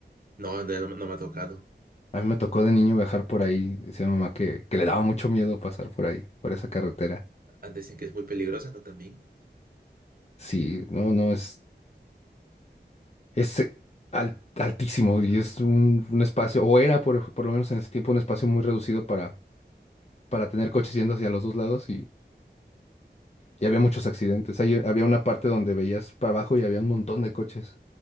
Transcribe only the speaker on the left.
A mí me tocó de niño viajar por ahí. Decía mi mamá que, que le daba mucho miedo pasar por ahí, por esa carretera.
Sí, no, no, es, es eh, al- altísimo y es un, un espacio, o era por, por lo menos en ese tiempo un espacio muy reducido para, para tener coches yendo hacia los dos lados y, y había muchos accidentes. Ahí había una parte donde veías para abajo y había un montón de coches.